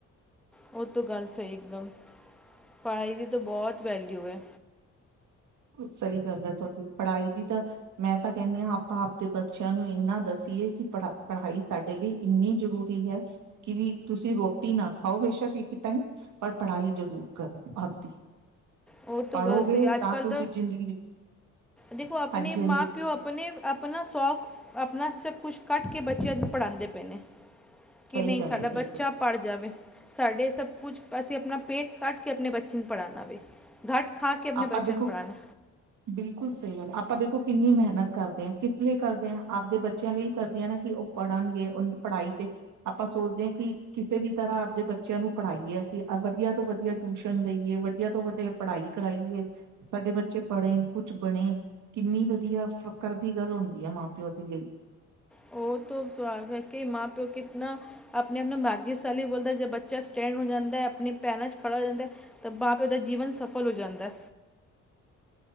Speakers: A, in the centre; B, on the right.
A: ਉਹ ਤੋਂ ਗੱਲ ਸਹੀ ਇੱਕਦਮ, ਪੜ੍ਹਾਈ ਦੀ ਤਾਂ ਬਹੁਤ ਵੈਲਿਊ ਐ।
B: ਸਹੀ ਗੱਲ੍ਹ ਏ ਤੁਹਾਡੀ ਪੜ੍ਹਾਈ ਦੀ ਤਾਂ ਮੈਂ ਤਾਂ ਕੈਂਨੀ ਆਂ ਆਪਾਂ ਆਪਦੇ ਬੱਚਿਆਂ ਨੂੰ ਇੰਨਾ ਦੱਸੀਏ ਕਿ ਪੜਾ ਪੜ੍ਹਾਈ ਸਾਡੇ ਲਈ ਇੰਨੀ ਜ਼ਰੂਰੀ ਹੈ ਕਿ ਵੀ ਤੁਸੀਂ ਰੋਟੀ ਨਾ ਖਾਓ ਬੇਸ਼ੱਕ ਇੱਕ ਟਾਈਮ ਪਰ ਪੜ੍ਹਾਈ ਜ਼ਰੂਰ ਕਰੋ ਆਪਦੀ
A: ਉਹ ਤੋਂ
B: ਪੜ੍ਹੋਗੇ
A: ਗੱਲ ਸਹੀ ਅੱਜ
B: ਤਾਂ
A: ਕੱਲ੍ਹ
B: <inaudible>
A: ਦੇਖੋ ਆਪਣੇ
B: ਹਾਂਜੀ
A: ਮਾਂ-ਪਿਓ
B: ਹਾਂਜੀ
A: ਆਪਣੇ ਆਪਣਾ ਸ਼ੌਖ ਆਪਣਾ ਸਭ ਕੁਛ ਕੱਟ ਕੇ ਬੱਚਿਆਂ ਨੂੰ ਪੜ੍ਹਾਂਦੇ ਪਏ ਨੇ। ਕਿ
B: ਸਹੀ
A: ਨਹੀਂ
B: ਗੱਲ
A: ਸਾਡਾ
B: ਹੈ ਬਿਲਕੁਲ
A: ਬੱਚਾ ਪੜ੍ਹ ਜਾਵੇ ਸਾਡੇ ਸਭ ਕੁਝ ਅਸੀਂ ਆਪਣਾ ਪੇਟ ਕੱਟ ਕੇ ਆਪਣੇ ਬੱਚੇ ਨੂੰ ਪੜ੍ਹਾਣਾ ਵੇ। ਗਟ ਖਾ ਕੇ ਆਪਣੇ
B: ਆਪਾਂ
A: ਬਚਿਆ
B: ਦੇਖੋ
A: ਨੂੰ ਪੜਾਣਾ।
B: ਬਿਲਕੁਲ ਸਹੀ ਗੱਲ ਏ ਆਪਾਂ ਦੇਖੋ ਕਿੰਨੀ ਮਿਹਨਤ ਕਰਦੇ ਹਾਂ ਕਿਸ ਲਈ ਕਰਦੇ ਹਾਂ ਆਪਦੇ ਬੱਚਿਆਂ ਲਈ ਕਰਦੀਆਂ ਨਾ ਕਿ ਉਹ ਪੜ੍ਹਨਗੇ ਉਹ ਦੀ ਪੜ੍ਹਾਈ ਤੇ ਆਪਾਂ ਸੋਚਦੇ ਹਾਂ ਕਿ ਕਿਸੇ ਵੀ ਤਰ੍ਹਾਂ ਆਪਦੇ ਬੱਚਿਆਂ ਨੂੰ ਪੜ੍ਹਾਈਏ ਅਸੀਂ ਵਧੀਆ ਤੋਂ ਵਧੀਆ ਟਿਊਸ਼ਨ ਦੇਈਏ ਵੱਡਆ ਤੋਂ ਵੱਡੀ ਪੜ੍ਹਾਈ ਕਰਾਈਏ ਸਾਡੇ ਬੱਚੇ ਪੜ੍ਹੇ ਕੁਛ ਬਣੇ ਕਿੰਨੀ ਵਧੀਆ ਫ਼ਕਰ ਦੀ ਗੱਲ ਹੁੰਦੀ ਆ ਮਾਂ-ਪਿਓ ਦੇ ਲਈ।
A: ਉਹ ਤ ਸਵਾਲ ਹੈ ਕਿ ਮਾਂ-ਪਿਓ ਕਿਤਨਾ ਆਪਣੇ ਆਪਣੇ ਮਾਘਸ਼ਾਲੀ ਬੋਲਦਾ ਜੇ ਬੱਚਾ ਸਟੈਂਡ ਹੋ ਜਾਂਦਾ ਆਪਣੀ ਭੈਰਾਂ ਚ ਖੜਾ ਹੋ ਜਾਂਦੇ ਤਾਂ ਮਾਂ-ਪਿਓ ਦਾ ਜੀਵਨ ਸਫਲ ਹੋ ਜਾਂਦਾਂ।